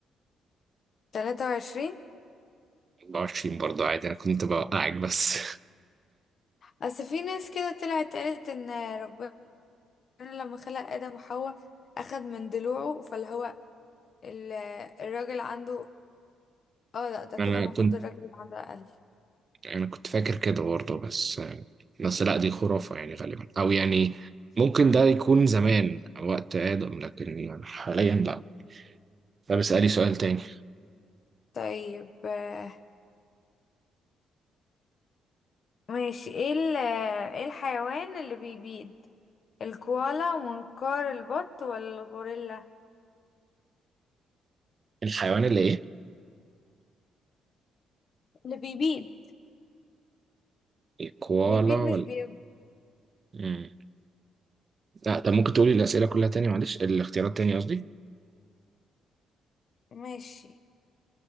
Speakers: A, on the left; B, on the right.
A: 23
B: 24 برضه عادي أنا كنت بوقعك بس
A: اصل في ناس كده طلعت قالت ان ربنا ربنا لما خلق آدم وحواء أخد من ضلوعه فاللي هو ال- الراجل عنده اه لا ده كده
B: <laughs> أنا
A: المفروض
B: كنت
A: الراجل يبقى عنده أقل
B: أنا كنت فاكر كده برضه بس آه، بس لا دي خرافة يعني غالبا أو يعني ممكن ده يكون زمان وقت آدم لكن يعني حاليا لا طب اسألي سؤال تاني
A: طيب آه، ماشي ايه ال- ايه الحيوان اللي بيبيض الكوالا منقار البط ولا الغوريلا
B: الحيوان اللي إيه؟
A: اللي بيبيض
B: الكوالا
A: بيبيض مش
B: ولا؟
A: بي
B: مم. لا طب ممكن تقولي الأسئلة كلها تاني معلش الاختيارات تاني قصدي
A: ماشي